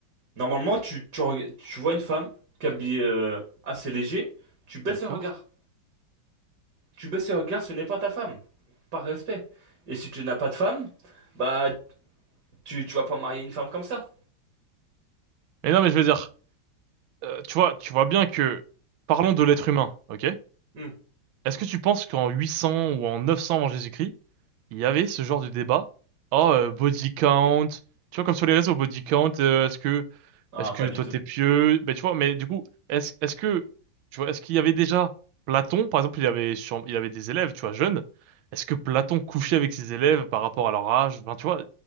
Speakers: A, on the right; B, on the right.
A: normalement, tu, tu, reg- tu vois une femme qui est habillée euh, assez léger, tu baisses
B: D'accord.
A: le regard. Tu baisses le regard, ce n'est pas ta femme, par respect. Et si tu n'as pas de femme, bah, tu, tu vas pas marier une femme comme ça.
B: Mais non, mais je veux dire, euh, tu vois, tu vois bien que, parlons de l'être humain, ok?
A: Hmm.
B: Est-ce que tu penses qu'en 800 ou en 900 avant Jésus-Christ, il y avait ce genre de débat? Oh, euh, body count. Tu vois, comme sur les réseaux, body count, euh, est-ce que,
A: Non,
B: est-ce que
A: pas du
B: toi
A: tout.
B: t'es pieux? Ben, tu vois, mais du coup, est-ce, est-ce que, tu vois, est-ce qu'il y avait déjà Platon, par exemple, il avait, sur- il avait des élèves, tu vois, jeunes. Est-ce que Platon couchait avec ses élèves par rapport à leur âge? Enfin, tu vois,